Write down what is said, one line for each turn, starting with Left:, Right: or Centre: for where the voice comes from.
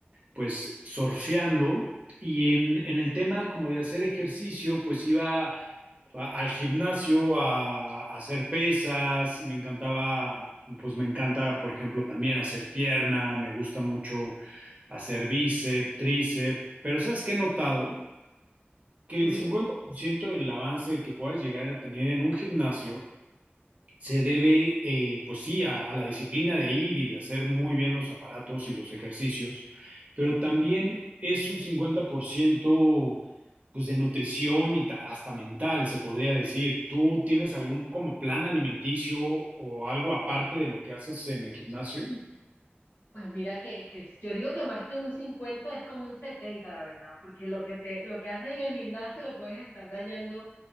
Right: pues surfeando. Y en, en el tema como de hacer ejercicio, pues iba a- al gimnasio a, a hacer pesas. Me encantaba, pues me encanta, por ejemplo, también hacer pierna. Me gusta mucho hacer bíceps, tríceps. Pero ¿sabes qué he notado? que
Left: Ujú.
Right: el 50% del avance que puedas llegar a tener en un gimnasio se debe, eh, pues sí, a, a la disciplina de ir y de hacer muy bien los aparatos y los ejercicios, pero también es un 50% pues de nutrición y ta- hasta mental, se podría decir. ¿Tú tienes algún como plan alimenticio o algo aparte de lo que haces en el gimnasio?
Left: Pues mira que, que yo digo que más que un 50 es como un 70, la verdad, porque lo que te, lo que haces en el gimnasio lo puedes estar dañando